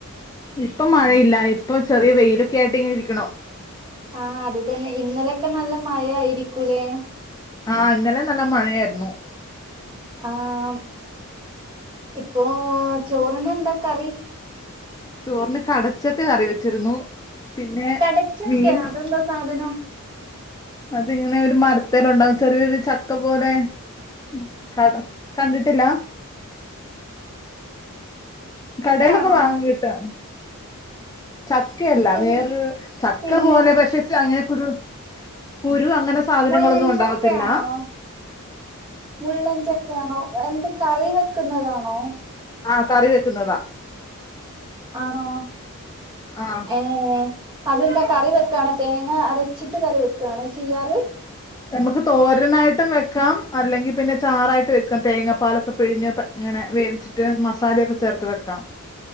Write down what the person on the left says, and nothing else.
ഇപ്പ മഴയില്ല. ഇപ്പ ചെറ്യെ വെയിലൊക്കെ ആയിട്ടിങ്ങനിരിക്കിണു.
ആഹ് ഇന്നലെ നല്ല മഴയായിര്ന്നു.
ചോറിന് കടച്ചക്ക കറി വെച്ചിര്ന്നു. പിന്നെ
മീൻ
അതിങ്ങനെ ഒരു മരത്തേല് ഇണ്ടാവും. ചെറ്യൊരു ചക്ക പോലെ. ഉം കട, കണ്ടിട്ടില്ലാ? കടേലൊക്കെ
വാങ്ങാൻ കിട്ടും. ചക്കയല്ല
വേറൊരു, ചക്ക
പോലെ പക്ഷെ അങ്ങനെക്കൊരു കുരു അങ്ങനെ സാധനങ്ങളൊന്നും
ഉണ്ടാവത്തില്ലാ.
ആഹ് കറി വെക്ക്ന്നതാ.
ആഹ്.
നമ്മക്ക് തോരനായിട്ടും വെക്കാം അല്ലെങ്കി പിന്നെ ചാറായിട്ട് വെക്കാം തേങ്ങാപ്പാലൊക്കെ പിഴിഞ്ഞ് പ ഇങ്ങനെ വേവിച്ചിട്ട് മസാലയൊക്കെ ചേർത്ത് വെക്കാം.